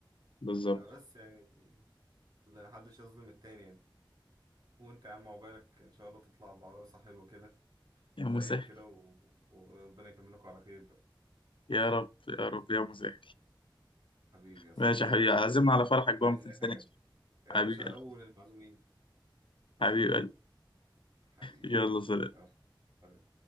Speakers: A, on the left; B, on the right.
A: بالظبط
B: بس يعني لا حدش يظلم التاني يعني وانت يا عم عقبالك ان شاء الله تطلع بعروسة حلوة كده
A: يا
B: زيك
A: مسهل
B: كده و- وربنا يكملكم على خير بقى.
A: يا رب يا رب يا مسهل
B: حبيبي يا صاحبي
A: ماشي يا حبيبي عزمنا على فرحك
B: انت
A: بقى
B: عايز
A: ما تنساناش
B: اي حاجة يا
A: حبيبي
B: باشا
A: قلبي
B: اول المعزومين
A: حبيب قلبي
B: حبيبي
A: يلا سلام
B: يلا سلام.